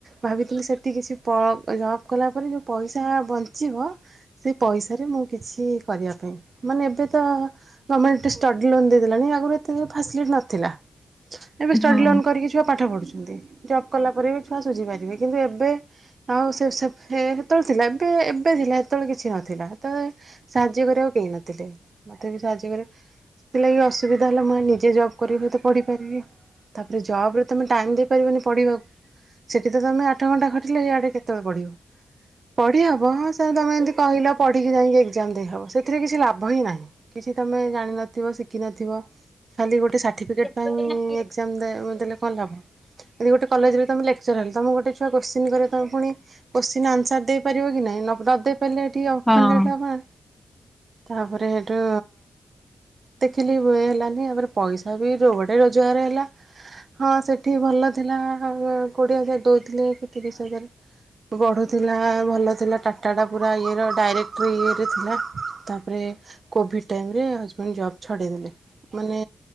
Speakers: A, on the right; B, in the centre.
A: ଭାବିଥିଲି ସେଠି କିଛି ପ ଜବ୍ କଲା ପରେ, ଯେଉଁ ପଇସା ବଞ୍ଚିବ ସେ ପଇସାରେ ମୁଁ କିଛି କରିବା ପାଇଁ। ମାନେ ଏବେ ତ ଗରମେଣ୍ଟ ଷ୍ଟଡି ଲୋନ ଦେଇଦେଲାଣି। ଆଗରୁ ଏତେ ସବୁ ଫାସିଲିଟି ନଥିଲା। ଏବେ ଷ୍ଟଡ଼ି
B: ହଁ ହଁ
A: ଲୋନ୍ କରିକି ଛୁଆ ପାଠ ପଢୁଛନ୍ତି। ଜବ୍ କଲା ପରେ ବି ଛୁଆ ସୁୁଝିପାରିବେ। କିନ୍ତୁ ଏବେ ଆଉ ସେ ସେ ହେ ହେତେବେଳେ ଥିଲା, ଏବେ ଏବେ ଥିଲା ହେତେବେଳେ କିଛି ନଥିଲା। ସେତେବେଳେ ସାହାଯ୍ୟ କରିବାକୁ କେହି ନଥିଲେ। ମତେ ବି ସାହାଯ୍ୟ କରିବା ସେଥିଲାଗି ଅସୁବିଧା ହେଲା। ମୁଁ ଭାବିଲି ନିଜେ ଜବ୍ କରିିବି ତ ପଢିପାରିବି। ତା ପରେ ଜବ୍ ରେ ତୁମେ ଟାଇମ୍ ଦେଇପାରିବନି ପଢ଼ିବାକୁ। ସେଠି ତମେ ଆଠ ଘଣ୍ଟା ଖଟିଲ, ଇଆଡେ କେତେବେଳେ ପଢିବ। ପଢ଼ି ହେବ, ହଁ, ସେ ତୁମେ ଏମିତି କହିଲ ପଢ଼ିକି ଯାଇକି ଏକ୍ଜାମ ଦେଇହେବ, ସେଥିରେ କିଛି ଲାଭ ହିଁ ନାହିଁ। କିଛି ତମେ ଜାଣିନଥିବ, ଶିଖିନଥିବ, ଖାଲି ଗୋଟେ ସାର୍ଟିଫିକେଟ୍ ପା-
B: <unintelligible>
A: ଏକ୍ଜାମ ଦେ ଦେଲେ କନ୍ ଲାଭ? ଯଦି ଗୋଟେ କଲେଜରେ ତମେ ଲେକ୍ଚର ହେଲ, ତମକୁ ଗୋଟେ ଛୁଆ କ୍ୱେଶ୍ଚିନ୍ କରିବ ତମେ ପୁଣି କ୍ୱେଶ୍ଚିନ୍ ର ଆନ୍ସର ଦେଇ ପାରିବ କି ନାଇଁ? ନ ଦେଇ ପାରିଲେ ଏଠି ଅଫନଡେଡ୍
B: ହଁ
A: ହବ ନା ତାପରେ ହେଇଠୁ ଦେଖିଲି ଏ ହେଲାନି ଏବେର ପଇସା ବି ଯୋଉ ପଟେ ରୋଜଗାର ହେଲା। ହଁ, ସେଠି ଭଲ ଥିଲା। କୋଡିଏ ହଜାର ଦଉଥିଲେ କି ତିରିଶ ହଜାର। ବଢୁଥିଲା ଭଲ ଥିଲା। ଟାଟା ଟା ପୁରା ଇଏର ଡାଇରେକ୍ଟ ଇଏରେ ଥିଲା। ତାପରେ କୋଭିଡ୍ ଟାଇମରେ ହଜବେଣ୍ଡ ଜବ୍ ଛଡେଇ ଦେଲେ। ମାନେ